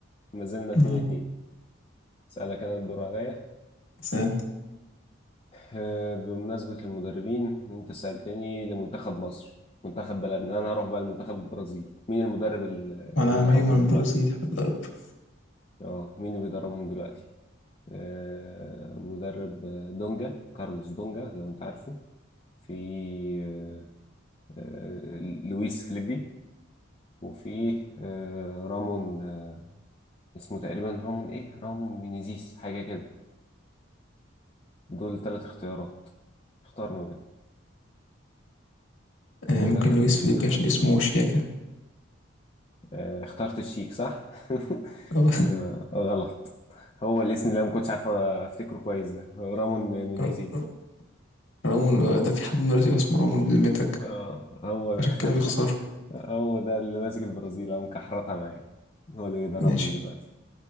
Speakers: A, on the left; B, on the left.
A: ما زلنا 2
B: إمم،
A: 2 أسألك أنا الدور عليا
B: سهلة
A: آه، بمناسبة المدربين أنت سألتني لمنتخب مصر منتخب بلدنا أنا هروح بقى لمنتخب البرازيل مين المدرب اللي اللي
B: ما أنا
A: بيدربهم
B: عمال من البرازيل
A: دلوقتي؟
B: حول الله يا رب
A: أه مين اللي بيدربهم دلوقتي؟ آه، مدرب آه، دونجا كارلوس دونجا لو انت عارفه في آه، آه، لويس فليبي وفي آه، رامون آه، اسمه تقريبا رامون ايه رامون مينيزيس حاجة كده دول ثلاث اختيارات اختار ما بينهم
B: آآ،
A: مدرب
B: ممكن لويس
A: لمنتخب
B: فليبي عشان
A: البرازيل
B: اسمه شياكة
A: آه، اخترت الشيك صح؟ <laughs>
B: آه
A: آه، غلط هو الاسم اللي انا ما كنتش عارف افتكره كويس ده رامون مينيزيز
B: ر ر رامون آآ، ده في حد من البرازيل اسمه رامون بذمتك
A: اه هو ده
B: عشان
A: <laughs>
B: كده بيخسروا
A: هو ده اللي ماسك البرازيل او مكحرتها معاه هو اللي بيدربهم
B: ماشي،
A: دلوقتي